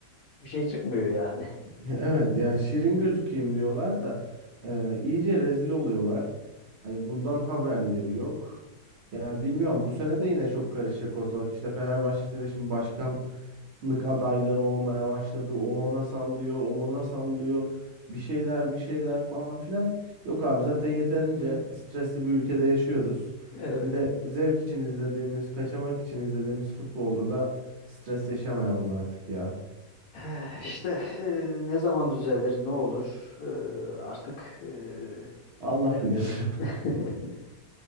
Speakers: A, on the left (about 70°); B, on the right (about 65°).
A: Bir şey çıkmıyor yani. <laughs>
B: Evet yani şirin gözükeyim diyorlar da e, iyice rezil oluyorlar. Hani bundan haberleri yok. Yani bilmiyorum bu sene de yine çok karışacak ortalık. İşte Fenerbahçe'de şimdi başkanlık adayları olmaya başladı. O ona sallıyor, o ona sallıyor. Bir şeyler bir şeyler falan filan. Yok abi zaten yeterince stresli bir ülkede yaşıyoruz.
A: Evet.
B: Bir de zevk için izlediğimiz, kaçamak için izlediğimiz futbolda da stres yaşamayalım artık ya.
A: Eh, İşte eh, ne zaman düzelir, ne olur eh, artık eh,
B: Allah
A: bilemiyorum.
B: bilir.
A: <laughs>